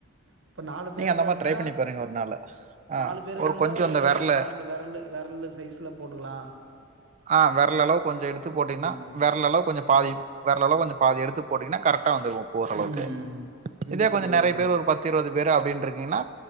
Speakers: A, on the right; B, on the right.
A: இப்ப நாலு பேருக்காந்தா
B: நீங்க அந்த மாரி ட்ரை பண்ணி பாருங்க ஒரு நாளு ஆ
A: நாலு பேருக்காந்தா
B: கொஞ்சம்
A: ஒரு
B: அந்த விரல
A: நார்மல் வெரல்லு வெரல்லு சைஸ்ல போட்டுக்லா
B: ஆ வெரல் அளவு கொஞ்சோ எடுத்து போட்டீங்கனா
A: ம்
B: வெரல் அளவு கொஞ்சோ பாதி வெரல் அளவு கொஞ்சோ பாதி எடுத்து போட்டீங்கனா கரெக்டா வந்துரு போர்ற அளவுக்கு
A: ம் மிக்ஸ்அப்
B: இதே கொஞ்சம் நெறய
A: பண்ணு
B: பேர் ஒரு பத் இருபது பேர் அப்டின் இருக்கீங்கனா